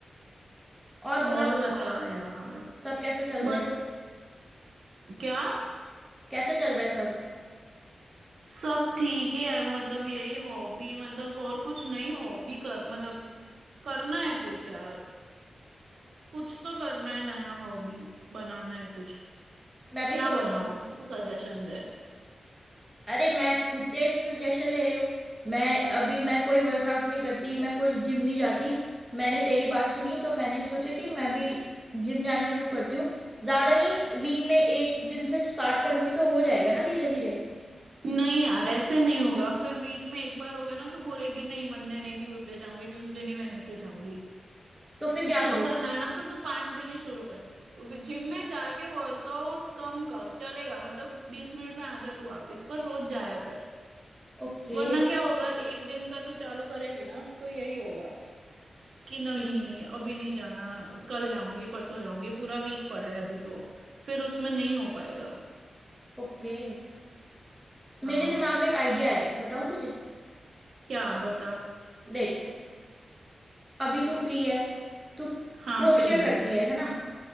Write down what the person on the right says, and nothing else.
और बता यार
बस
क्या
सब ठीक ही है मतलब यही हॉबी मतलब और कुछ नहीं हॉबी कर मतलब करना है कुछ यार कुछ तो करना है नया हॉबी बनाना है कुछ
क्या
बनाओ
तू सजेशन दे
नहीं यार ऐसे नहीं होगा फिर वीक में एक बार हो गया ना तो बोलेगी नहीं मंडे नहीं ट्यूसडे जाऊंगी ट्यूसडे नहीं वेनेसडे जाऊंगी
शुरू
करना है ना तो तू पांच दिन ही शुरू कर जिम में जाके वर्कआउट कम कर चलेगा मतलब बीस मिनट में आ जा तू वापिस पर रोज जाया कर
वरना क्या होगा एक दिन का तू चालू करेगी ना तो यही होगा कि नहीं
अभी नहीं जाना कल जाऊंगी परसों जाऊंगी पूरा वीक पड़ा है अभी तो फिर उसमें नहीं हो पाएगा
हाँ
क्या बता
हाँ
फ्री हो